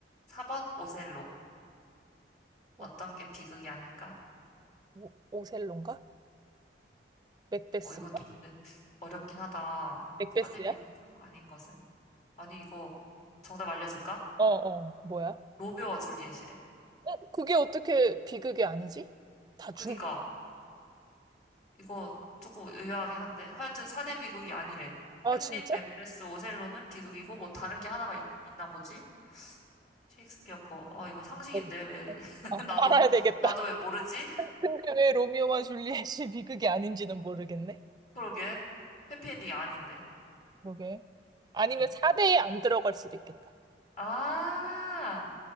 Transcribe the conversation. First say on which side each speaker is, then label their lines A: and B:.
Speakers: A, on the left (about 40°); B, on the right (about 20°).
A: 4번 오셀로.
B: 어,
A: 어떤 게 비극이 아닐까?
B: 오, 오셀로인가? 맥베스인가?
A: 어, 이것도 근데 어렵긴 하다.
B: 맥베스야?
A: 4대 비극 아닌 것은. 아니, 이거 정답 알려줄까?
B: 어, 어, 뭐야?
A: 로미오와 줄리엣이래.
B: 어, 그게 어떻게 비극이 아니지? 다중
A: 그니까, 이거 조금 의아하긴 한데. 하여튼 4대 비극이 아니래.
B: 아,
A: 햄릿,
B: 진짜?
A: 맥베스, 오셀로는 비극이고, 뭐 다른 게 하나가 있, 나 보지? 셰익스피어 거. 아 이거 상식인데,
B: 네.
A: 왜. <laughs>
B: 아,
A: 나도,
B: 알아야 되겠다.
A: 나도 왜 모르지?
B: <laughs> 근데 왜 로미오와 줄리엣이 비극이 아닌지는 모르겠네.
A: 그러게. 해피엔딩이 아닌데.
B: 그러게. 아니면
A: 음.
B: 4대에 안 들어갈 수도 있겠다.
A: 아,